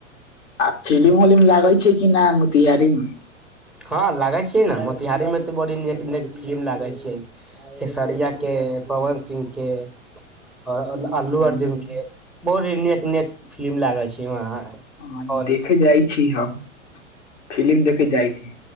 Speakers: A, on the left (about 65°); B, in the centre.
A: आ फिल्म बिल्म लागै छै कि न मोतिहारी मे
B: हँ लागे छी ने मोतिहारी मे तऽ बड़ी नीक नीक फिल्म लागे छैै खेसरिया के पवन सिंह के और अल्लू
A: हम्म,
B: अर्जुन के बहुत ही नेक नेक फिल्म लागल छै वहाँ
A: ह
B: हॉल
A: देखे
B: मे
A: जाइ छी हम फिल्म देखे जाइ छी